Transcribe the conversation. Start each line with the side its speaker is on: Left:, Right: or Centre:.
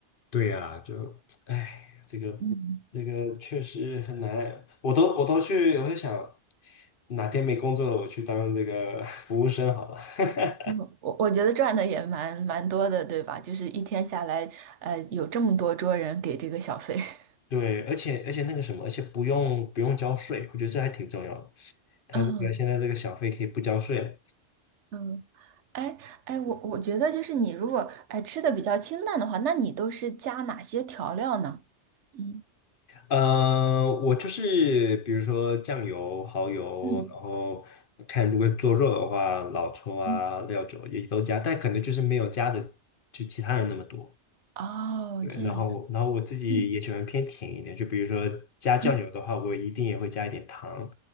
Left: 对呀、就哎，这个这个确实很难。
Right: 嗯。
Left: 我都我都去，我在想，哪天没工作了，我去当这个 <laughs> 服务生好了。<laughs>
Right: 嗯，我我觉得赚的也蛮蛮多的，对吧？就是一天下来，呃，有这么多桌人给这个小费。<laughs>
Left: 对，而且而且那个什么，而且不用不用交税，我觉得这还挺重要的。他这个现在这个小费可以不交税了。
Right: 嗯嗯，哎哎，我我觉得就是你如果哎吃的比较清淡的话，那你都是加哪些调料呢？嗯
Left: 呃我就是比如说酱油、蚝油，
Right: 嗯，
Left: 然后看如果做肉的话，老抽啊、
Right: 嗯，
Left: 料酒也都加，但可能就是没有加的就其他人那么多。
Right: 哦，
Left: 对，
Right: 这样，
Left: 然后然后我自己也喜欢偏甜一点，
Right: 嗯
Left: 就比如说加酱油的话，
Right: 嗯
Left: 我一定也会加一点糖，